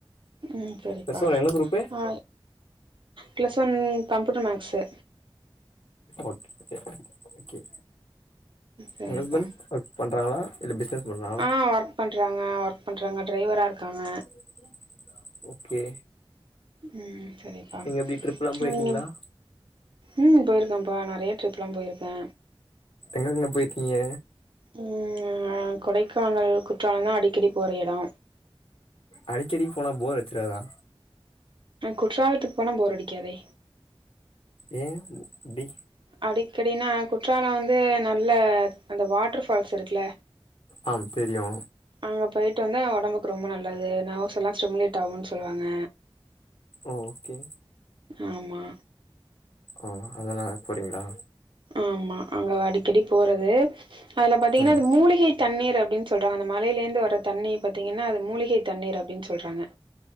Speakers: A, on the right; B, on the left.
A: ம் சரிப்பா
B: பிளஸ் ஒன் என்ன குரூப்பு
A: ஆ plus one computer maths
B: okay okay
A: சரிப்பா
B: உங்க ஹஸ்பண்ட் ஒர்க் பண்றாங்களா இல்ல பிஸ்னஸ் பண்றா
A: ஆ ஒர்க் பண்றாங்க ஒர்க் பண்றாங்க ட்ரைவரா இருக்காங்க
B: <unintelligible> ஓகே
A: ம் சரிப்பா
B: நீங்க எப்டி ட்ரிப்லா போயிருக்கீங்களா
A: நீங்க ம் போயிருக்கேன்ப்பா நெறைய ட்ரிப்லா போயிருக்கே
B: எங்க எங்க போயிருக்கீங்க
A: ம் கொடைக்கானல் குற்றாலந்தா அடிக்கடி போற எடோ
B: அடிக்கடி போனா போர் அடிச்சிறாதா
A: குற்றாலத்துக்கு போனா போர் அடிக்காதே
B: ஏ அப்டி
A: அடிக்கடினா குற்றால வந்து நல்ல அந்த வாட்ரு ஃபால்ஸ் இருக்குல
B: ஆம் தெரியு
A: அங்க போயிட்டு வந்தா ஒடம்புக்கு ரொம்ப நல்லது ந வர்ஸ் எல்லா ஸ்டிமலேட் ஆகுன்னு சொல்வாங்க
B: ஓகே
A: ஆமா
B: ஓ அனால போறீங்ளா
A: ஆமா அங்க அடிக்கடி போறது அதுல பாத்தீங்கன்னா
B: ம்
A: அது மூலிகை தண்ணீர் அப்டின் சொல்றாங்க அந்த மலையிலே இருந்து வர தண்ணீ பாத்தீங்கன்னா அது மூலிகை தண்ணீர் அப்டின் சொல்றாங்க